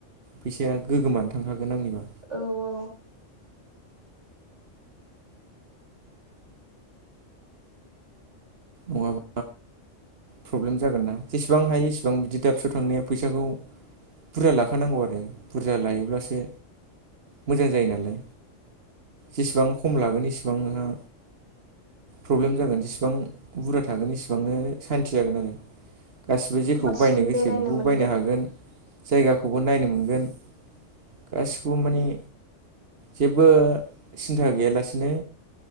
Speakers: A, on the right; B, on the right.
A: फैसाया ‌ गोगोमानो थांखागोन आंनिबा।
B: औ औ।
A: नङाबा प्रब्लेम जागोन ना जेसेबां हायो इसेबां बिदि दाबसेयाव थांनाया फैसाखौ बुरजा लाखानांगौ आरो बुरजा लायोब्लासो मोजां जायो नालाय। जेसेबां खम लागोन इसिबां नोंहा प्रब्लेम जागोन जेसेबां बुरजा थागोन एसेबांनो सान्थि जागोन आरो गासिबो जेखौ
B: बांसिन
A: बायनो गोसो
B: बेरायनो
A: बेखौबो
B: मोनगोन
A: बायनो हागोन। जायगाखौबो नायनो मोनगोन गासिखौबो माने जेबो सिन्था गैयालासिनो